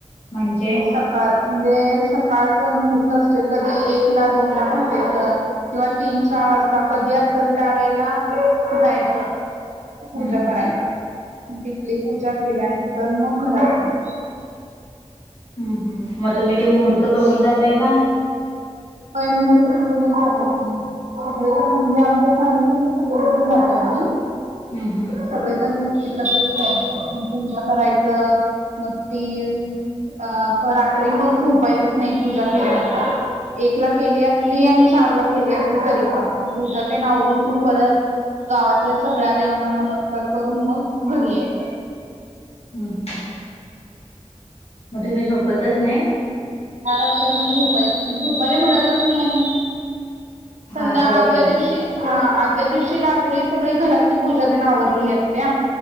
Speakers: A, on the left (about 60°); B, on the right (about 80°).
A: म्हणजे.
B: सकाळ म्हणजे सकाळच मुूर्त असत कधी एक दोन ला भटायच किंवा तीन च. वाजता कधी असेल त्यावेेळेला जायचं
A: हम्म
B: पूजा
A: हम्म.
B: करायला. म तिथली पूजा केल्यानंतर मग घरातली.
A: ह मग तुम्ही ते मुहूर्त बघून जातय का
B: ब महूर्त बघडून जातात. सगळे म्हणजे आमच्या फॅमिली म्हण सगळेजऊन जातो आम्ही.
A: हम्म हम्म
B: सगळेजण एकत्र जायचं मग पूजा करायचं. मग ते अ रात्री मग झोपायचच नाही पूजा केल्यानंतर. एक ला केली असली आणि चार ला केली असली तरी पण मग प उूजा ते नावरून मग परत. गावातल्या सगळ्या देवांना नमस्कार करून मग घरी यायचं.
A: हम्म हम्. मग तुम्ही झोपतच नाही.
B: या रात्री मग झोपायचच झोपायला मिळतच नाही आणि
A: हा
B: संध्या
A: सगळं
B: आदल्या
A: गडबड
B: दिवशी हा आपल्या दिवशी रात्री सगळी घरातली पूजा तेन आवरलेली असत्या